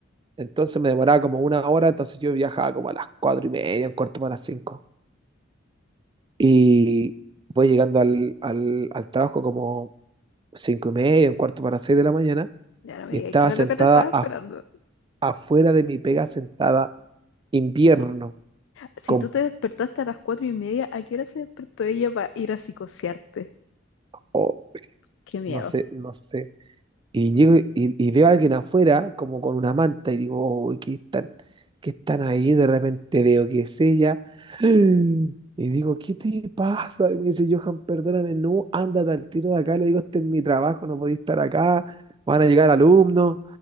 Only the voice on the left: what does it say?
Ya no me
digas
que la
loca te estaba esperando.
Si
tú te despertaste a las cuatro y media, ¿a qué hora se despertó ella para ir a psicosearte?
Qué miedo.